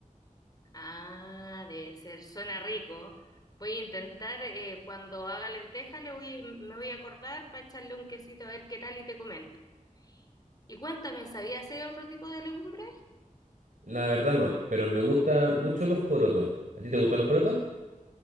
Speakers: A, on the left; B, on the right.
A: Ah, debe ser, suena rico. Voy a intentar, eh, cuando haga lenteja, le voy, me voy a acordar para echarle un quesito a ver qué tal y te comento. Y cuéntame, ¿sabías hacer otro tipo de legumbres?
B: La verdad no, pero me gustan mucho los porotos. ¿A ti te gustan los porotos?